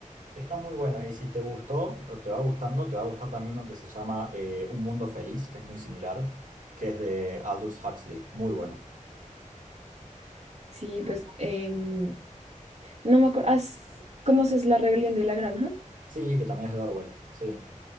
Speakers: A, on the right; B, on the right.
A: está muy bueno y si te gustó o te va gustando, te va a gustar también uno que se llama eh, Un Mundo Feliz, que es muy similar, que es de Aldous Huxley, muy bueno.
B: Sí, pues em, no me acuerdo, ¿conoces La Rebelión de la Granja?
A: Sí, que también es de Orwell, sí, es